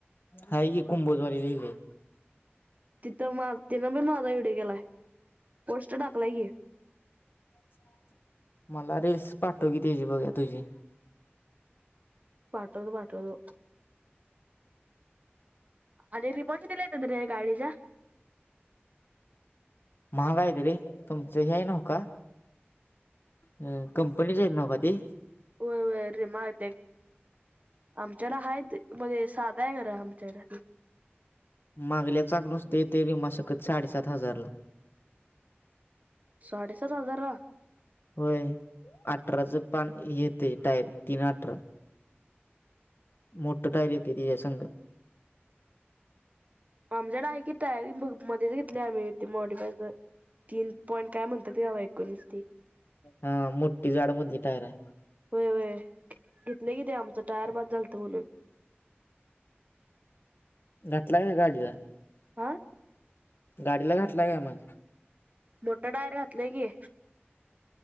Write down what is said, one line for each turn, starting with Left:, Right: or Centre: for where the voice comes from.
Left: आहे की कुंभोज वाली लिहलय
Right: तीन आपण माझा व्हिडिओ केला पोस्ट टाकलाय की
Left: <unintelligible> मला रील्स पाठवकी. तुझी
Right: पाठवतो पाठवतो. अले रिमस दिलायेत्रे गाडीच्या
Left: महाग आहेत रे तुमचे हे आहे नव्ह का? हा कंपनीच आहेत. नव्ह का ते
Right: व्हय व्हय रे माग आमच्याला हायच मजे साधा आहे घर आमचं.
Left: मागचं चाक आहे. ते साडेसात हजाराला.
Right: साडे सात हजारा ला
Left: होय अठराचं पान येतय टायर तीन अठरा मोठं टायर येते त्याच्या संग
Right: आमच्या नाही की टयर मध्येच घेतली आम्ही मोॉडी पा तीन पॉईंट म्हणात ते एकोणीस ते
Left: हा मो्ठी जाड मधली टायर आहे.
Right: होय होय घेतल की आमच टायर बाद झालतं म्हणून.
Left: घातलाका गाडीला
Right: आ.
Left: गाडीला घातला काय मग
Right: मोठं टायर घातलं की.